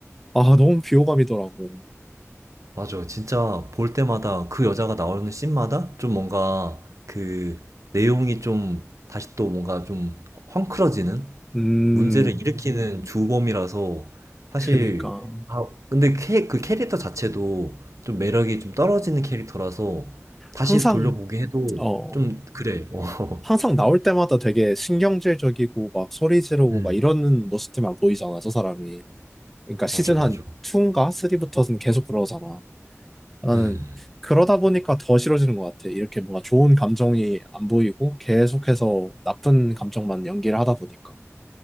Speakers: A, in the centre; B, on the right.
A: 아, 너무 비호감이더라고.
B: 맞아. 진짜 볼 때마다 그 여자가 나오는 씬마다 좀 뭔가 그 내용이 좀 다시 또 뭔가 좀 헝클어지는?
A: 음,
B: 문제를 일으키는 주범이라서 사실
A: 그니까.
B: 아 근데 캐, 그 캐릭터 자체도 좀 매력이 좀 떨어지는 캐릭터라서 다시
A: 항상,
B: 돌려보기 해도
A: 어.
B: 좀 그래. 어.
A: 항상 나올 때마다 되게 신경질적이고 막 소리 지르고
B: <laughs> 음.
A: 막 이러는 모습들만 보이잖아, 저 사람이. 그러니까 시즌
B: 맞아, 맞아.
A: 한 2인가 3부터는 계속 그러잖아. 나는
B: 음.
A: 그러다 보니까 더 싫어지는 것 같아. 이렇게 뭔가 좋은 감정이 안 보이고 계속해서 나쁜 감정만 연기를 하다 보니까.